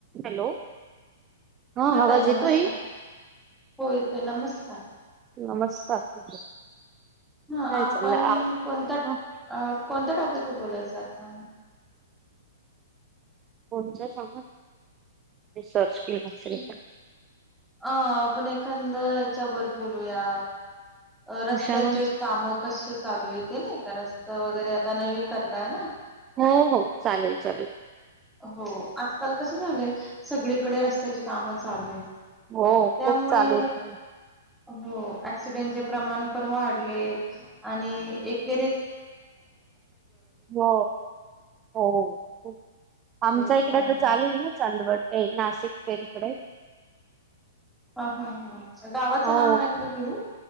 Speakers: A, on the right; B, in the centre.
A: Hello हा आवाज
B: ताई नमस्कार
A: येतोई.
B: हो येतोय नमस्कार.
A: नमस्कार <unintelligible>
B: हा
A: काय
B: आपण
A: चाललं
B: कोणता
A: हं.
B: अ कोणत्या टॉपिक वर बोलायचं आता?
A: कोणच्या शामत मी सर्च केला असेल
B: अं
A: तर
B: आपण एखांद च्या वर बोलूया. रस्त्याचे
A: कशावर
B: कामं कसे चालू येते ना का रस्त वगैरे आता नवीन करताय ना,
A: हो हो चालेल चालेल
B: हो आजकाल कसं झालंय सगळीकडे र कामं चालूय
A: हो
B: त्यामूळे
A: खूप चालू होत
B: हो एक्सीडे हेचं प्रमाण. पण वाढले आणि एक. <inaudible>
A: हो हो आमच्या
B: ते
A: इकड
B: पण
A: तर चालू आहे ना <inaudible> नाशिक फेरीकडे
B: ह हा हा अच्छा गावाचं
A: हो
B: नाव नका घेऊ